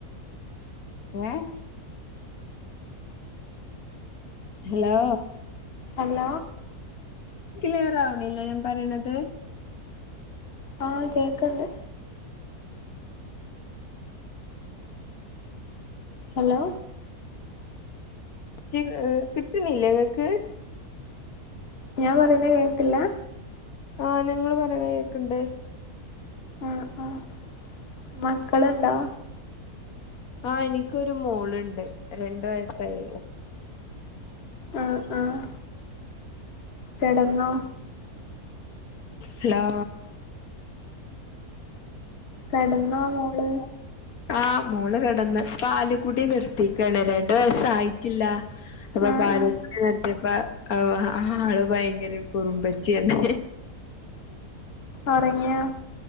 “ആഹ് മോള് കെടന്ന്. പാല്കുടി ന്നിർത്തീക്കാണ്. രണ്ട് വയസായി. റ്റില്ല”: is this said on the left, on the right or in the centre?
Left